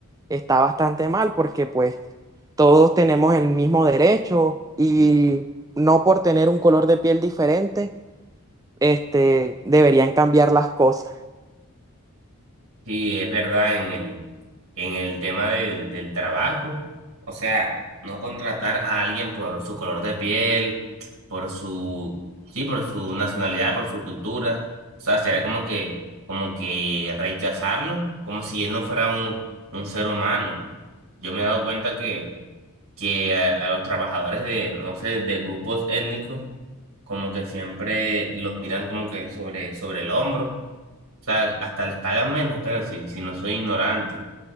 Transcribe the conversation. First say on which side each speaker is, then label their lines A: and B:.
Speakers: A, on the right (about 15°); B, on the right (about 80°).
A: está bastante mal porque pues todos tenemos el mismo derecho y no por tener un color de piel diferente, este, deberían cambiar las cosas.
B: Sí, es verdad, en el, en el tema del, del trabajo, o sea, no contratar a alguien por su color de piel, por su, sí, por su nacionalidad, por su cultura, o sea, sería como que, como que rechazarlo, como si él no fuera un, un ser humano. Yo me he dado cuenta que, que a, a los trabajadores de, no sé, de grupos étnicos, como que siempre los miran como que sobre, sobre el hombro o sea, hasta les pagan menos, creo, si, si no soy ignorante.